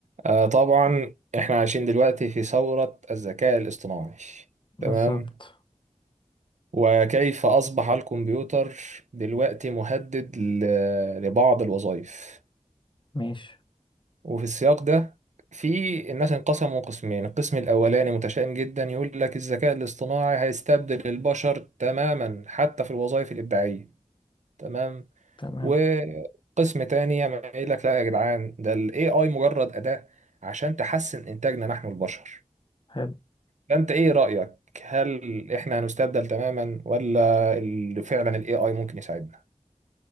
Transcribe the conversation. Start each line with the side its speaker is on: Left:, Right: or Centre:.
Right: آه طبعا احنا عايشين دلوقتي في ثورة الذكاء الاصطناعي
Left: بالظبط
Right: تمام وكيف أصبح الكمبيوتر دلوقتي مهدد ل- لبعض الوظائف
Left: ماشي
Right: وفي السياق ده في الناس انقسموا قسمين القسم الأولاني متشائم جدا يقول لك الذكاء الاصطناعي هيستبدل البشر تماما حتى في الوظائف الإبداعية تمام
Left: تمام
Right: وقسم تاني يعمل يقول لك لا يا جدعان ده ال AI مجرد أداة عشان تحسن إنتاجنا نحن البشر
Left: حلو
Right: فانت ايه رأيك هل احنا هنستبدل تماما ولا ال- فعلا الاي اي ممكن يساعدنا